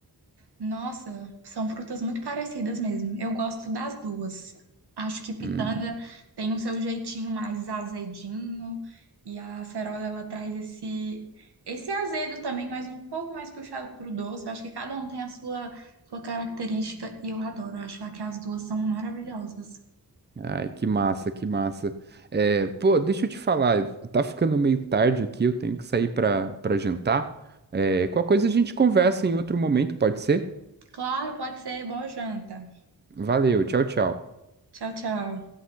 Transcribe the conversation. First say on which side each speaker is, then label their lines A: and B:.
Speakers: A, on the right; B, on the right.
A: Nossa, são frutas muito parecidas mesmo. Eu gosto das duas. Acho que pitanga
B: Hum,
A: tem o seu jeitinho mais azedinho e a acerola ela traz esse esse azedo também, mas um pouco mais puxado pro doce. Eu acho que cada um tem a sua sua característica e eu adoro. Eu acho que as duas são maravilhosas.
B: ai, que massa, que massa. É, pô, deixa eu te falar, tá ficando meio tarde aqui, eu tenho que sair pra, pra jantar. É, qualquer coisa a gente conversa em outro momento, pode ser?
A: Claro, pode ser. Boa janta.
B: Valeu, tchau, tchau.
A: Tchau, tchau.